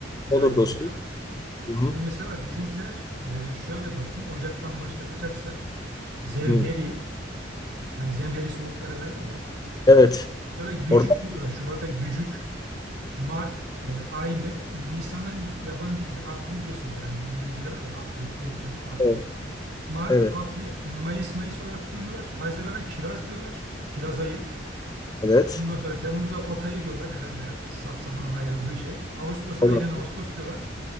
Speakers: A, on the right; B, on the left.
A: Ben
B: Olur
A: ayrılacağım.
B: dostum. Hı hı.
A: Şimdi mesela bak bizimkiler e, şöyle dostum Ocak'tan başlatacaksak zemheri
B: Hı.
A: hani zemheri soğukları derler ya.
B: Evet.
A: Sonra gücük
B: Orada
A: diyorlar. Şubat'a gücük. Mart e, aynı. Nisan'a yabancı gibi April diye söyler. Hani İngilizce'de var ya April, April, April.
B: Evet,
A: Mart,
B: evet,
A: April, Mayıs, Mayıs olarak kullanıyorlar. Haziran'a kiraz diyorlar. Kiraz ayı.
B: evet.
A: Ondan sonra Temmuz'a ot ayı diyorlar. Herhalde sap ayrıldığı şey. Ağustos'a
B: Olan,
A: aynen Ağustos diyorlar.